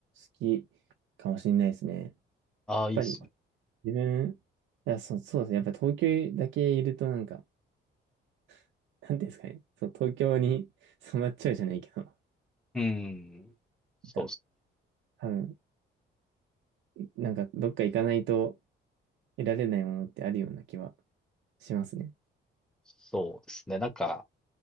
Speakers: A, on the right; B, in the centre.
A: きかもしれないですね。やっ
B: ああー、
A: ぱり
B: いいっすね。
A: 自分、いや、そう、そうですね。やっぱ東京だけいるとなんか、<laughs> なんていうんですかね。そう、東京に <laughs> 染まっちゃうじゃないけど、な
B: うん。そうですね。
A: んか、多分、なんかどっか行かないと得られないものってあるような気はしますね。
B: そうですね。なんか、